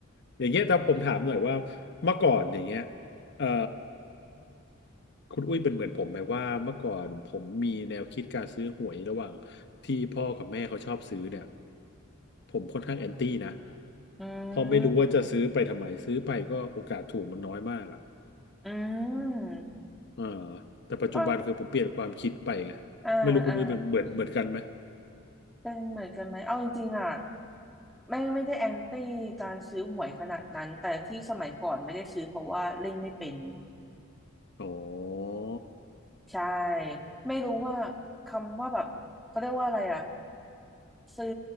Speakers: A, on the left (about 55°); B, in the centre.
A: อย่างเงี้ยถ้าผมถามหน่อยว่าเมื่อก่อนอย่างเงี้ยเอ่อคุณอุ้ยเป็นเหมือนผมไหมว่าเมื่อก่อนผมมีแนวคิดการซื้อหวยระหว่างที่พ่อกับแม่เขาชอบซื้อเนี่ยผมค่อนข้างแอนตี้นะ
B: อืม
A: เพราะไม่รู้ว่าจะซื้อไปทำไมซื้อไปก็โอกาสถูกมันน้อยมากอะ
B: อืม
A: อ่าแต่ปัจจุบันคือผมเปลี่ยนความคิดไปไง
B: ก็อ่าอ่า
A: ไม่รู้คุณอุ้ยเป็นเหมือนเหมือนกันไหม
B: เป็นเหมือนกันไหม เอาจริงๆอ่ะไม่ไม่ได้แอนตี้การซื้อหวยขนาดนั้นแต่ที่สมัยก่อนไม่ได้ซื้อเพราะว่าเล่นไม่เป็น
A: อ๋อ
B: ใช่ไม่รู้ว่าคำว่าแบบเขาเรียกว่าอะไรอ่ะซื้อ